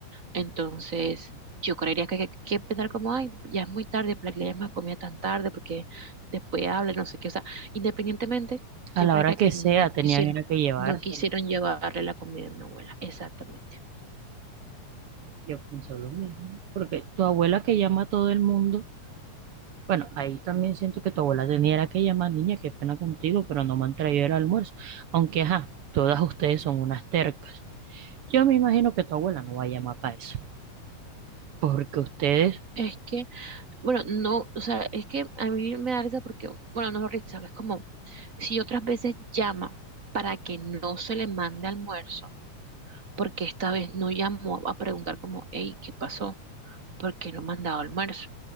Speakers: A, on the right; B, on the right.
A: entonces yo creería que hay que, que pensar como, ay, ya es muy tarde, para que le den más comida tan tarde, porque después habla, no sé qué, o sea, independientemente, yo
B: A la
A: creería
B: hora que
A: que
B: sea,
A: no quisieron,
B: tenían era que llevárselo.
A: no quisieron llevarle la comida a mi abuela, exactamente.
B: Yo pienso lo mismo, porque tu abuela que llama a todo el mundo Bueno, ahí también siento que tu abuela tenía era que llamar niña, qué pena contigo, pero no me han traído el almuerzo. Aunque, ajá, todas ustedes son unas tercas. Yo me imagino que tu abuela no va a llamar para eso. Porque ustedes,
A: Es que Bueno, no, o sea, es que a mí me da risa porque, bueno, no es risa, es como si otras veces llama para que no se le mande almuerzo, porque esta vez no llamó a preguntar como, hey, ¿qué pasó? ¿Por qué no me han dado almuerzo?